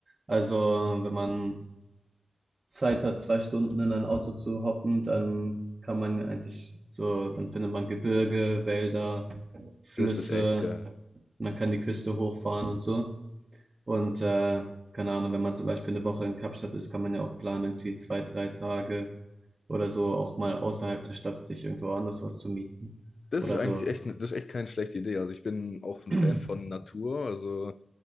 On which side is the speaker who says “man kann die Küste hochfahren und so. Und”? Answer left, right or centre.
Right